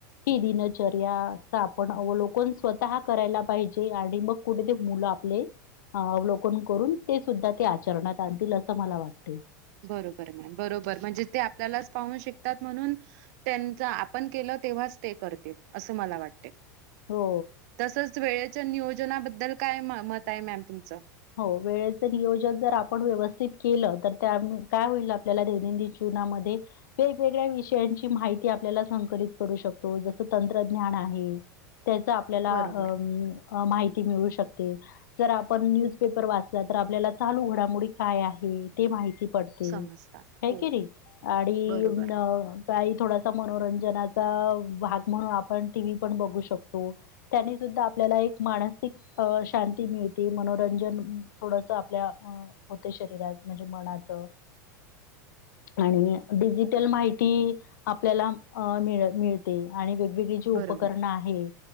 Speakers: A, on the left (about 75°); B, on the right (about 60°).
A: ही दिनचर्याचा आपण अवलोकन स्वतः करायला पाहिजे. आणि मग कुठे ते मुला आपले अवलोकन करून ते सुद्धा ते आचरणात आणतील असं मला वाटते.
B: बरोबर मॅम बरोबर म्हणजे ते आपल्यालाच पाहून शिकतात म्हणून त्यांचं आपण केलं तेव्हाचं ते करतील अस मला वाटतंय.
A: हो.
B: तसच वेळेच्या नियोजनाबद्दल काय म मत आहे मॅम तुमचं?
A: हो वेळेच नियोजन जर आपण व्यवस् स्थित केलं तर का काय होईल आपल्याला दैनंदिन जीवनामध्ये वेगवेगळ्याविषयांची विषयांची माहि ती आपल्याला संकलित करू शकतो जस तंत्रज्ञान आहे. त्याचं आपल्याला
B: बरोबर
A: अ अ माहिती मिळू शकते. जर आपण न्यूज पेपर वाचला तर आपल्याला चालू घडामोडी काय आहे. ते माहि ती पडतेच
B: समजतात
A: है
B: हो
A: की नहि आणि
B: बरोबर
A: ण काही थोडासा मनोरंजनाचा भाग म्हणून आपण टीव्ही पण बघू शकतो त्याने सु द्धा आपल्याला एक मानसिक अ शांती मिळते. मनोरंजन अ थोडसं आपल्या अं होते शरीरात म्हणजे मनाचं आणि डिजिटल माहिती आपल्याला मिळ मिळते आणि वि विजेची उपकरण
B: बरोबर.
A: आहे.